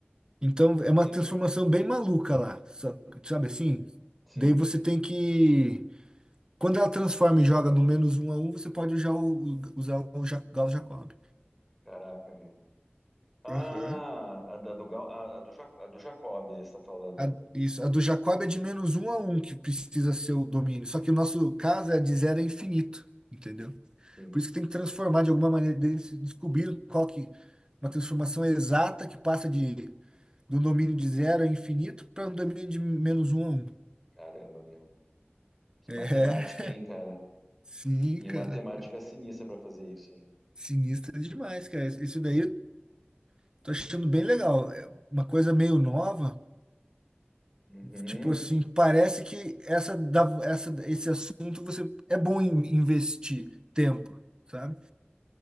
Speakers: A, on the right; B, in the centre.
A: Então é uma
B: É,
A: transformação bem maluca lá, sa- sabe assim?
B: sim.
A: Daí você tem que, quando ela transforma e joga no menos um a um, você pode já u- usar o Ja- Gauss Jacob.
B: Caraca, meu. Ah,
A: Aham.
B: a da do, Gal- a, a do, Ja- a do Jacob, né? Você está falando.
A: A, isso, a do Jacob é de menos um a um que precisa ser o domínio. Só que o nosso caso é de zero a infinito, entendeu?
B: Sim,
A: Por isso que tem que transformar de alguma maneira, eles descobriram qual que uma transformação exata que passa de do domínio de zero a infinito para um domínio de menos um a um.
B: caramba, meu. Que
A: É,
B: matemática, hein, cara?
A: sim,
B: Que
A: cara.
B: matemática sinistra para fazer isso, hein?
A: Sinistro demais, cara. Isso daí eu tô achando bem legal. É uma coisa meio nova,
B: Uhum.
A: tipo assim, parece que essa, da- essa, esse assunto você é bom em investir tempo, sabe?